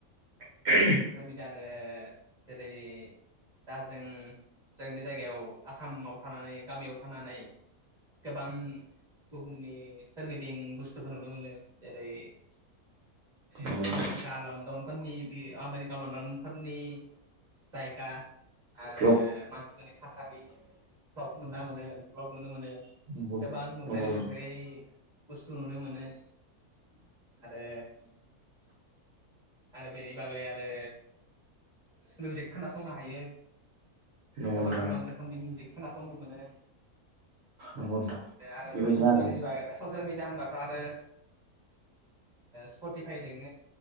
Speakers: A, on the right; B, in the centre.
A: <inaudible>
B: <unintelligible> जेरै- दा जों जोंनि जायगायाव आसामाव थानानै गामियाव थांनानै गोबां। बुहुमनि सोरगिदिं बुस्थुखौ नुनो मोनो जेरै ए
A: नंगौ नोंथां
B: आमेरिका लण्डनफोरनि आमेरिका लनडनफोरनि सायका आरो
A: भ्लग
B: मानफोरनि थासारि ब्लक नुना मोनो ब्लक नुनो मोनो
A: नंगौ
B: गोबां न
A: नंगौ
B: नुफेरै
A: नोंथां
B: नुफेरै बुस्थु नुनो मोनो आरो आरो बेनि बागै आरो स्लजेक खोनासंनो हायो।
A: नंगौ
B: गोबां
A: नोंथां
B: गोबां रोखोमनि मिउजिक खोनासंनो मोनो।
A: नोंगौ नोंथां
B: बिदिनो आरो
A: बेबायदिनो
B: ससियेल मिडियानि
A: आरो
B: ससियेल मिडिया होनबाथ' आरो स्पटिफाय दङ।